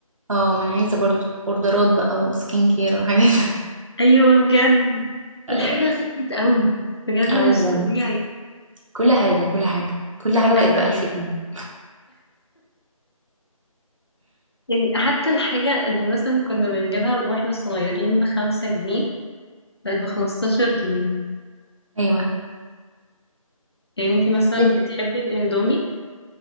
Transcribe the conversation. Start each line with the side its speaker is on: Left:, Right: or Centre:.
Right: اه ما انا عايزه برضو اوردرات بقى وسكين كير وحاجات
Left: ايوه بجد
Right: <laughs> ايوه
Left: الحاجه غليت قوي بجد مش
Right: قوي بجد
Left: طبيعي
Right: كل حاجه كل حاجه كل حاجه بقت
Left: ايوه
Right: بألف جنيه
Left: يعني حتى الحاجه اللي مثلا كنا بنجيبها واحنا صغيرين بخمسة جنيه بقت بخمستاشر جنيه
Right: ايوه
Left: يعني انتي مثلا
Right: ليه؟
Left: بتحبي الاندومي